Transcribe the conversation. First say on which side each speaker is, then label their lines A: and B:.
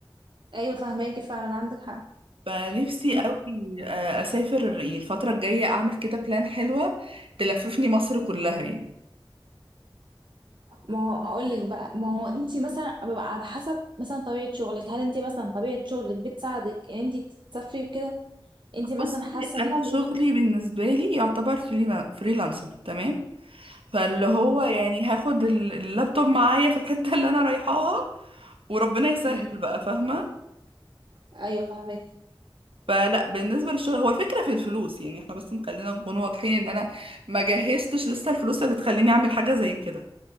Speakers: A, on the right; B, on the right.
A: ايوه فهماكي فعلا عندك حق
B: فنفسي
A: انا
B: قوي آه، اسافر يعني الفتره الجايه اعمل كده بلان حلوه تلففني مصر كلها يعني
A: ما هو هقول لك بقى ما هو انت مثلا ببقى على حسب مثلا طبيعه شغلك هل انت مثلا طبيعه شغلك بتساعدك ان انت تسافري وكده انت مثلا
B: بصي
A: حاسه
B: انا
A: ان انت
B: شغلي
A: إيه؟
B: بالنسبه لي يعتبر فريلا- فريلانسر تمام فاللي
A: مم.
B: هو يعني هاخد ال- اللابتوب معايا في الحته اللي انا رايحاها وربنا يسهل
A: مم.
B: بقى فاهمه
A: ايوه فهماكي
B: فلا بالنسبه للشغل هو الفكره في الفلوس يعني احنا بس خلينا نكون واضحين ان انا ما جهزتش لسه الفلوس اللي تخليني اعمل حاجه زي كده